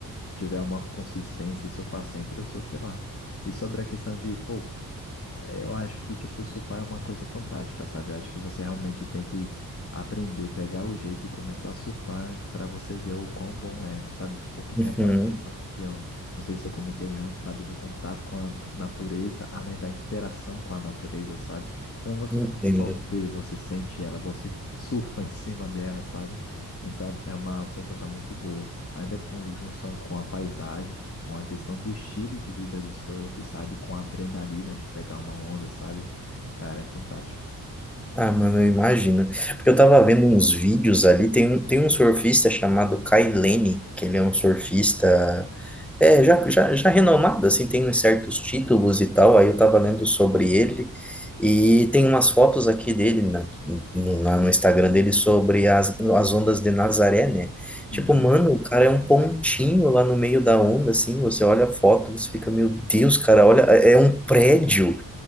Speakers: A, on the left; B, in the centre.
A: tiver uma consistência e surfar sempre, eu surfo lá. E sobre a questão de, pô, é, Eu acho que, tipo, surfar é uma coisa fantástica, sabe? Eu acho que você realmente tem que aprender, pegar o jeito e começar a surfar para você ver o quão bom é, sabe? Porque tem
B: uhum.
A: aquela questão que eu não sei se eu comentei antes, sabe? Do contato com a natureza, além da interação com a natureza, sabe? Então você
B: Entendo.
A: não só vê, você sente ela, você surfa em cima dela, sabe? Então é uma sensação muito boa. Ainda com junção com a paisagem com a questão do estilo de vida do surf, sabe? Com a adrenalina de pegar uma onda, sabe? Cara, é fantástico.
B: Ah, mano, eu imagino. Porque eu tava vendo uns vídeos ali, tem um, tem um surfista chamado Kai Lene, que ele é um surfista, é, já, já, já renomado, assim, tem uns certos títulos e tal, aí eu tava lendo sobre ele, e tem umas fotos aqui dele na, no, na- no Instagram dele sobre as, as ondas de Nazaré, né?
A: Uhum.
B: Tipo, mano, o cara é um pontinho lá no meio da onda, assim, você olha a foto, você fica, meu Deus, cara, olha, é é um prédio.